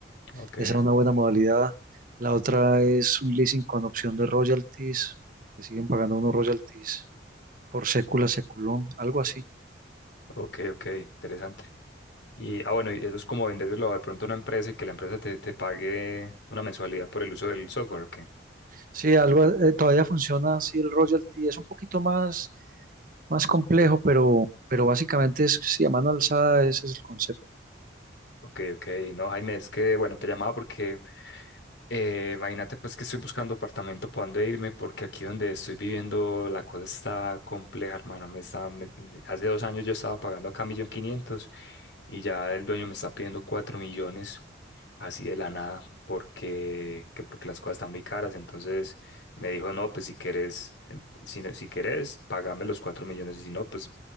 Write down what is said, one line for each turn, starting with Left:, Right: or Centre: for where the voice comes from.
Left: Ok,
Right: Esa es una buena modalidad. La otra es un leasing con opción de royalties, que siguen pagando unos royalties por sécula, seculón, algo así.
Left: ok, ok, interesante. Y, ah, bueno, y eso es como venderlo de pronto a una empresa y que la empresa te, te pague una mensualidad por el uso del software, ok.
Right: Sí, algo, eh, todavía funciona así el royalty, es un poquito más, más complejo, pero, pero básicamente es sí, a mano alzada, ese es el concepto.
Left: Ok, ok, no, Jaime, es que, bueno, te llamaba porque eh, imagínate pues que estoy buscando apartamento para dónde irme porque aquí donde estoy viviendo la cosa está compleja, hermano. Me está, me- hace dos años yo estaba pagando acá un millón quinientos. y ya el dueño me está pidiendo 4 millones así de la nada porque, que porque las cosas están muy caras. Entonces me dijo, no, pues si quieres, eh, si, no- si quieres, págame los 4 millones y si no, pues